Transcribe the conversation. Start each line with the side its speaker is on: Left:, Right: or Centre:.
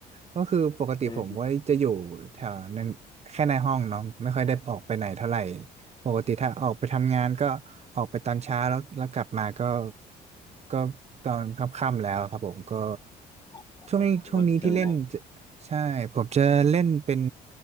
Right: ก็คือปกติผมไว้จะอยู่แถวนั้นแค่ในห้องเนาะไม่ค่อยได้ออกไปไหนเท่าไหร่
Left: เออ
Right: ปกติถ้าออกไปทำงานก็ออกไปตอนเช้าแล้วแล้วกลับมาก็ก็ตอนค่ำๆแล้วครับผมก็
Left: อ๋อ
Right: ช่วงช่วงนี้ที่เล่น
Left: ก็เชิง
Right: ใช่ผมจะเล่นเป็น